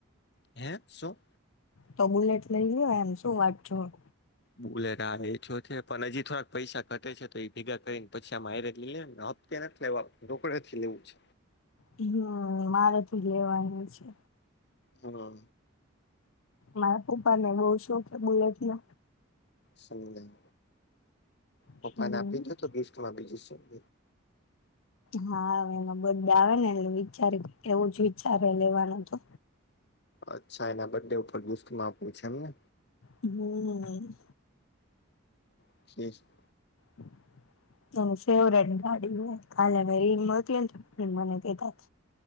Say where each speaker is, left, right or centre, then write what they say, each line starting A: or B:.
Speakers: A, on the left; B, on the left.
A: હે સું?
B: તો બુલેટ લઈ લ્યો એમ શું વાટ જોવી.
A: બુલેટ હા ઈ તો છે પણ હજી થોડાક પૈસા ઘટે છે તો ઈ ભેગા કરીને પછી આમ હાઇરેજ લિયે ને હપ તે નથ લેવા રોકડે થી લેવું છે.
B: હમ્મ મારે તો લેવાનું છે.
A: હા
B: મારા પપ્પા ને બઉુ શોખ હે બુલેટ નો.
A: સમજાયું પપ્પાને
B: હમ
A: આપી દયો તો ગિફ્ટમાં બીજું શું.
B: હા અવે એનો બડડે આવે ને એટલે વિચારીને એવું જ વિચારે લેવાનું તો.
A: અચ્છા એના બડ ડે ઉપર ગીફ્ટમા આપવી છે એમ ને?
B: હમ્મ.
A: <unintelligible>
B: હ તમે ફેવરેટ ગાડી લું કાલે રીલ મોયકલી ને તમને મને તો <unintelligible>